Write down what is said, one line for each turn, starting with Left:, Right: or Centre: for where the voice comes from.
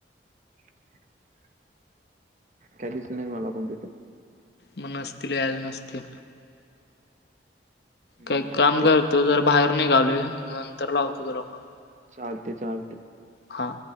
Right: <inaudible> काय दिसलं नाय मला कोण भेटत
Left: म नसतील यायला नसतील.
Right: हम्म.
Left: काही काम
Right: ते
Left: करतो, जरा बाहेर निघालोय नंतर लावतो तुला फोन.
Right: चालतंय चालतंय.
Left: हां.